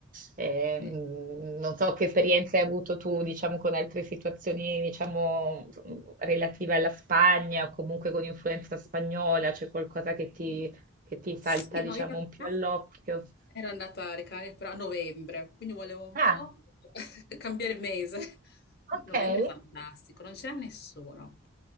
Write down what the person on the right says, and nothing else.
Eh,
mh, non so che esperienze hai avuto tu, diciamo, con altre situazioni, diciamo, mh, relative alla Spagna o comunque con influenza spagnola, c'è qualcosa che ti, che ti salta,
diciamo,
un più all'occhio?
Ah,
ok,